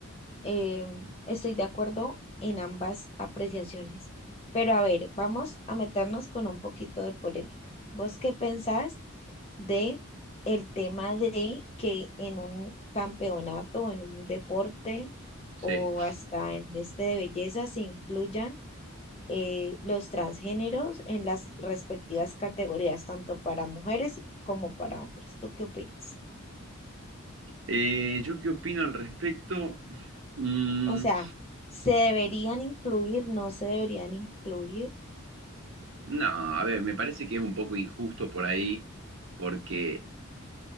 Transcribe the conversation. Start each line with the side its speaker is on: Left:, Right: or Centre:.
Left: Eh, estoy de acuerdo en ambas apreciaciones. Pero a ver, vamos a meternos con un poquito de polémica. ¿Vos qué pensás de el tema de que en un campeonato, en un deporte
Right: Sí.
Left: o hasta en este de belleza se incluyan eh, los transgéneros en las respectivas categorías, tanto para mujeres como para hombres? ¿Tú qué opinas?
Right: Eh, ¿yo qué opino al respecto? Mm,
Left: O sea, ¿se deberían incluir? ¿No se deberían incluir?
Right: no, a ver, me parece que es un poco injusto por ahí, porque,